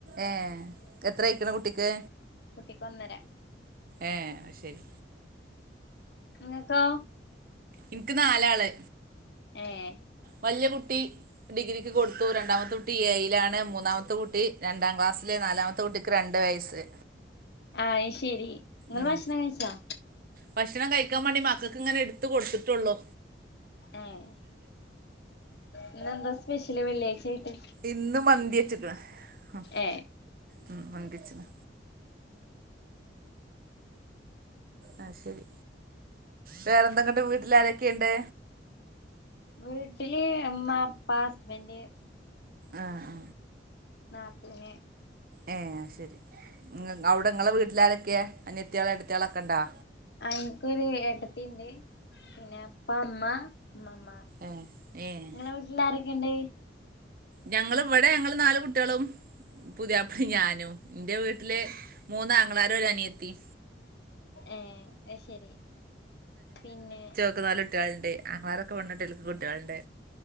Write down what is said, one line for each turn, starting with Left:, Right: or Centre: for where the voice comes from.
Right: ഏഹ് എത്രയ്ക്ക്ണ് കുട്ടിക്ക്?
Left: കുട്ടിക്ക് ഒന്നര
Right: ഏഹ് അ ശരി.
Left: ഇങ്ങത്തോ
Right: ഇൻക്ക് നാലാള്.
Left: ഏഹ്.
Right: വല്ല്യ കുട്ടി. ഡിഗ്രിക്ക് കൊട്ത്തു രണ്ടാമത്തെ കുട്ടി ഏയിലാണ് മൂന്നാമത്തെ കുട്ടി രണ്ടാം ക്ലാസ്സില് നാലാമ ന്റെട്ടിക്ക്‌ രണ്ട് വയസ്.
Left: ആഅ് ശരി. നിങ്ങള്
Right: ഉം
Left: ഭക്ഷണം കഴിച്ചോ
Right: ഭക്ഷണം കഴിക്കാ മാണ്ടി മക്കക്ക്ങ്ങനെ ഇട്ത്ത് കൊട്ത്ട്ടുള്ളൂ.
Left: ഏഹ് ഇന്നന്താ സ്പെഷ്യല് വെള്ള്യായ്ചയിട്ട്?
Right: ഇന്ന് മന്തിച്ച്‌ക്ക്‌ണ് ആ
Left: ഏ
Right: മ് മന്തിച്ച്ണ്. ആ ശരി വേറെന്തെങ്ങട്ട് വീട്ട് ലാരൊക്കെയുണ്ട്?
Left: വീട്ടില് ഇമ്മ, ഇപ്പാ, ഹസ്ബന്റ്.
Right: ആഹ് ആ.
Left: നാത്തൂന്‌.
Right: ഏ അ ശരി ങ്ങ ഔടെ ങ്ങളെ വീട്ട്ലാരൊക്കെയ അനിയത്ത്യാള് ഏട്ടത്യാളക്ക ണ്ടോ?
Left: അ ഇൻകൊര് ഏട്ടത്തിണ്ട് പിന്നെ പ്പ മ്മ മ്മമ്മ.
Right: ഏഹ് ഏഹ്.
Left: ങ്ങളെ വീട്ട്ലാരൊക്കെണ്ട്?
Right: ഞങ്ങള് വടെ ഞങ്ങള് നാല് കുട്ട്യളും. പുത്യാപ്ലിം ഞാനും എന്റെ വീട്ട്ല് മൂന്നാങ്ങളാരും ഒരനിയത്തിം.
Left: ഏഹ് അ ശരി പിന്നെ.
Right: ക്ക് നാല് കുട്ട്യാള്ണ്ട്. ആങ്ങളാരൊക്കെ പെണ്ണെട്ടി ഓൽക്ക് കുട്ട്യള്ണ്ട്